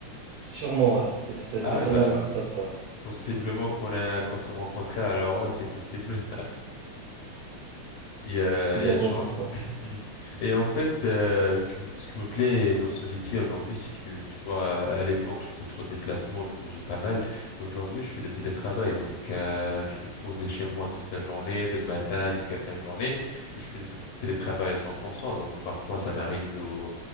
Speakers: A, on the right (about 80°); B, on the left (about 80°).
A: Sûrement, ouais. C'était c'était
B: Ah
A: sûrement
B: oui, bah,
A: Microsoft, ouais.
B: possiblement qu'on a, qu'on se rencontrait alors, ouais, c'est possible. Il y a,
A: C'est
B: il
A: bien
B: y a une
A: drôle
B: chance.
A: comme quoi.
B: <clears throat> Mm. Et en fait, euh, ce que, ce qui me plaît dans ce métier aujourd'hui, c'est que, tu vois, à l'époque, je faisais trop de déplacements, je bougeais pas mal. Et aujourd'hui, je fais de télétravail. Donc, euh, je suis posé chez moi toute la journée, de le matin jusqu'à la fin de journée. Et je fais de tél- télétravail à 100%. Donc, parfois, ça m'arrive de,